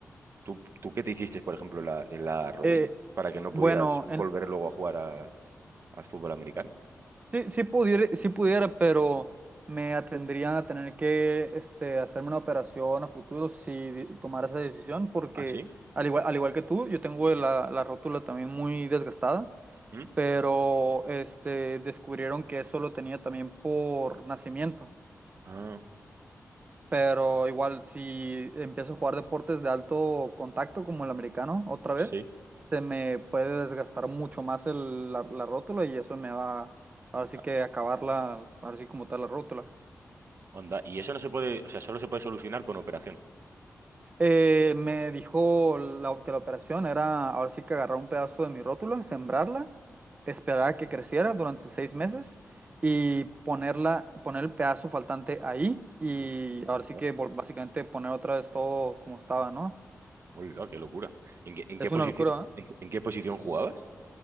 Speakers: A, on the right (about 50°); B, on the right (about 30°).
A: ¿Tú, tú qué te hiciste, por ejemplo, en la, en la rodilla
B: eh,
A: para que no
B: bueno,
A: pudieras volver
B: en,
A: luego a jugar a- al fútbol americano?
B: Sí, sí pudiera, sí pudiera, pero me atendrían a tener que este, hacerme una operación a futuro si di- tomara esa decisión, porque
A: ¿Ah, sí?
B: al igual, al igual que tú, yo tengo la, la rótula también muy desgastada,
A: ¿Mm?
B: pero este, descubrieron que eso lo tenía también por nacimiento
A: Ah,
B: pero igual si empiezo a jugar deportes de alto contacto como el americano otra vez,
A: sí.
B: se me puede desgastar mucho más el- la, la rótula y eso me va, ahora sí
A: Ah,
B: que acabarla, ahora sí como tal la rótula.
A: onda. Y eso no se puede, o sea, solo se puede solucionar con operación.
B: Eh, me dijo la- que la operación era ahora sí que agarrar un pedazo de mi rótula, sembrarla, esperar a que creciera durante seis meses y ponerla, poner el pedazo faltante ahí y
A: Uf,
B: ahora
A: onda.
B: sí que vol- básicamente poner otra vez todo como estaba, ¿no?
A: Hola, qué locura. ¿En qué, en qué
B: Es
A: posición,
B: una locura, ¿eh?
A: en, en qué posición jugabas?